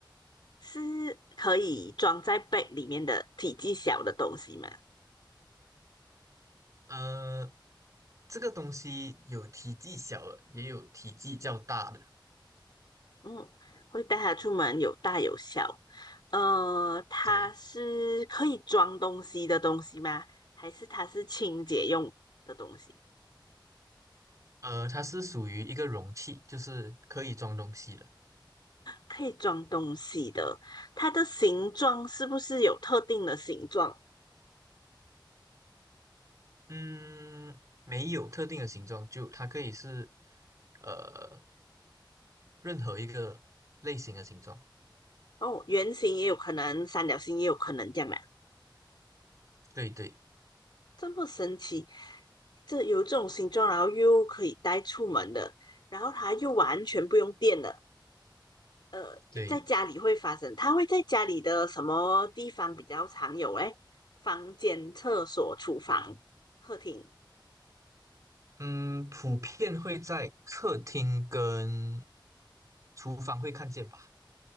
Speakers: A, on the left; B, on the right.
A: 是可以装在 b 里面的体积小的东西嘛？
B: 呃，这个东西有体积小的，也有体积较大的，
A: 嗯，会带它出门，有大有小。呃，它是可以装东西的东西吗？
B: 对。
A: 还是它是清洁用的东西？
B: 呃，它是属于一个容器，就是可以装东西的。
A: 可以装东西的，它的形状是不是有特定的形状？
B: 嗯，没有特定的形状，就它可以是呃任何一个类型的形状。
A: 哦，圆形也有可能，三角形也有可能，这样的，
B: 对对
A: 这么神奇，这有这种形状，然后又可以带出门的，然后它又完全不用电的。呃，
B: 对，
A: 在家里会发生，它会在家里的什么地方比较常有？哎，房间、厕所、厨房、客厅，
B: 嗯，普遍会在客厅跟厨房会看见吧？